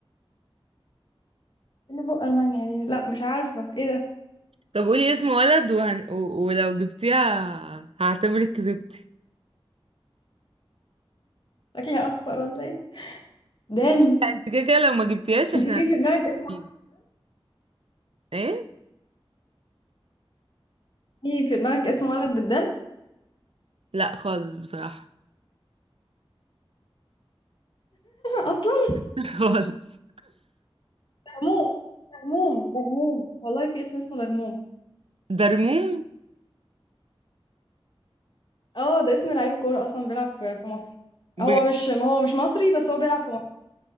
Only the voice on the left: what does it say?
ايه اللي فوق المانيا دي لا مش عارفه ايه ده
شكلي اخسر ولا ايه دال
انت
في في دماغك اسم
في في دماغك اسم ولد بالدال
<laughs> اصلا
غموم غموم ده غموم والله في اسم اسمه ده غموم
اه ده اسم لعيب كوره اصلا بيلعب في في مصر
هو مش هو مش مصري بس هو بيلعب في مصر